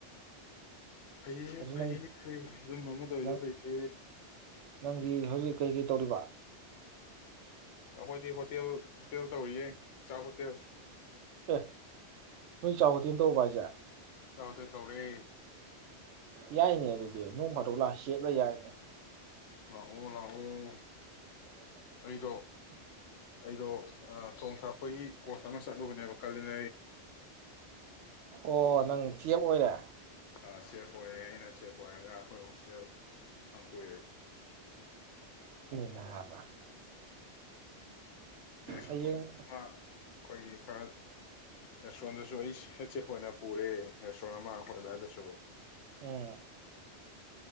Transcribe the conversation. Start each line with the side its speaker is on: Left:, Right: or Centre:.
Left: ꯐꯩꯌꯦ
Right: ꯑꯗꯨ
Left: ꯐꯩꯌꯦ
Right: ꯅꯪ
Left: ꯑꯗꯨꯝ ꯑꯃ ꯇꯧꯋꯤꯗꯣ
Right: ꯅꯪ
Left: ꯐꯩꯌꯦ
Right: ꯅꯪꯗꯤ ꯍꯧꯖꯤꯛ ꯀꯩꯀꯩ ꯇꯧꯔꯤꯕ
Left: ꯑꯩꯈꯣꯏꯗꯤ ꯍꯣꯇꯦꯜ ꯍꯣꯇꯦꯜ ꯇꯧꯔꯤꯌꯦ ꯆꯥꯛ ꯍꯣꯇꯦꯜ
Right: ꯑꯦ ꯅꯣꯏ ꯆꯥꯛ ꯍꯣꯇꯦꯟ ꯇꯧꯔꯕ ꯍꯥꯏꯁꯦ ꯑ
Left: ꯆꯥꯛ ꯍꯣꯇꯦꯜ ꯇꯧꯔꯦ
Right: ꯌꯥꯏꯅꯦ ꯑꯗꯨ ꯅꯣꯡ ꯐꯥꯗꯣꯛ ꯂꯥꯛꯑ ꯁꯦꯠꯂ ꯌꯥꯏꯅꯦ
Left: ꯂꯥꯛꯑꯣ ꯂꯥꯛꯑꯣ
Right: <inaudible>
Left: ꯑꯩꯗꯣ ꯑꯩꯗꯣ ꯊꯣꯡ ꯊꯥꯛꯄꯒꯤ ꯀꯣꯔꯁ ꯑꯃ ꯆꯠꯂꯨꯕꯅꯦꯕ ꯀꯥꯂ <inaudible>
Right: ꯑꯣ ꯅꯪ ꯆꯦꯞ ꯑꯣꯏꯔꯦ
Left: ꯑ ꯁꯦꯐ ꯑꯣꯏꯔꯦ ꯑꯩꯅ ꯁꯦꯐ ꯑꯣꯏꯔꯒ ꯑꯈꯣꯏ ꯍꯣꯁꯇꯦꯜ ꯍꯪꯇꯣꯛꯑꯦ
Right: ꯥꯅꯥꯕ
Left: ꯗꯥꯏꯀꯣꯟ
Right: ꯍꯌꯦꯡ
Left: ꯃ ꯈꯣꯏꯒꯤ ꯈꯔ ꯔꯦꯁꯣꯝꯇꯨꯁꯨ ꯑꯩꯁ ꯍꯦꯠ ꯁꯦꯞꯈꯣꯏꯅ ꯄꯨꯔꯦ ꯔꯦꯁꯣꯡ ꯑꯃ ꯈꯣꯏ ꯑꯗꯥꯏ ꯗꯁꯨ
Right: ꯎꯝ